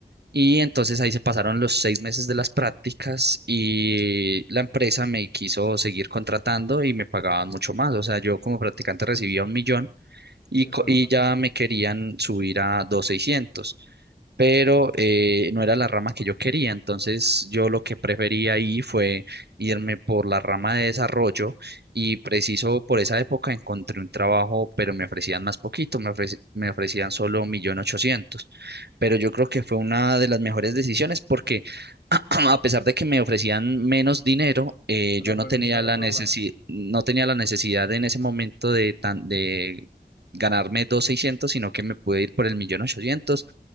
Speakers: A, on the right; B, on the left.
A: Y entonces ahí se pasaron los seis meses de las prácticas y la empresa me quiso seguir contratando y me pagaban mucho más. O sea, yo como practicante recibía un millón y,
B: exacto.
A: co- y ya me querían subir a dos mil seiscientos pero eh, no era la rama que yo quería. Entonces yo lo que prefería ahí fue irme por la rama de desarrollo y preciso por esa época encontré un trabajo, pero me ofrecían más poquito, me ofreci- me ofrecían solo 1.800.000, pero yo creo que fue una de las mejores decisiones porque <clears throat> a pesar de que me ofrecían menos dinero, eh,
B: El
A: yo
B: aprendizaje
A: no tenía la
B: fue
A: necesi-
B: bueno.
A: no tenía la necesidad en ese momento de tan de ganarme dos mil seiscientos sino que me pude ir por el millón ochocientos